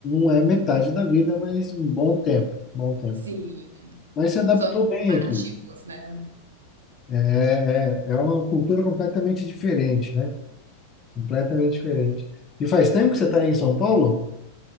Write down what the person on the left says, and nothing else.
não é metade da vida, mas um bom tempo, um bom tempo.
Mas se adaptou
bem
aqui.
É, é, é uma cultura completamente diferente, né? Completamente diferente. E faz tempo que você está aí em São Paulo?